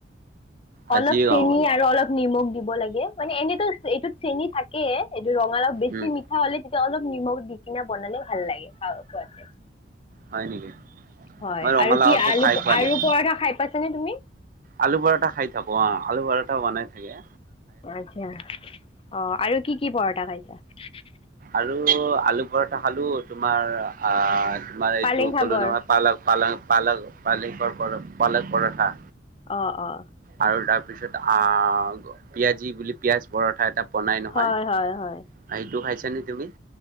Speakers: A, on the right; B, on the left.
A: আজি
B: অলপ
A: গম
B: চেনি
A: পালোঁ।
B: আৰু অলপ নিমখ দিব লাগে মানে এনেতো। এইটোত চেনি থাকে। এইটো ৰঙালাও বেছি
A: উম,
B: মিঠা হলে তেতিয়া অলপ নিমখ দি কিনা বনালে ভাল লাগে খ খোৱাতে।
A: হয় নেকি
B: হয়
A: মই ৰঙালাওটো
B: আৰু কি আলু
A: খাই পোৱা
B: আলু
A: নাই
B: পৰঠা খাই পাইছানে তুমি
A: আলু পৰঠা খাই থাকো অ' আলু পৰঠা‌ বনাই থৈ দিয়া
B: আচ্ছা অ' আৰু কি কি পৰঠা খাইছ অ'
A: আৰু আলু পৰঠা খালো তোমাৰ আ তোমাৰ এইটো
B: পালেং শাগৰ
A: ক'লো নহয় পালক পালক পালক পালেংকৰ পালক পৰঠা।
B: অ -অ
A: আৰু তাৰ পিছত আহ পিয়াজি বুলি পিয়াজ পৰঠা এটা। বনাই নহয়
B: হয় হয় হয়
A: এইটো খাইছো। তুমি?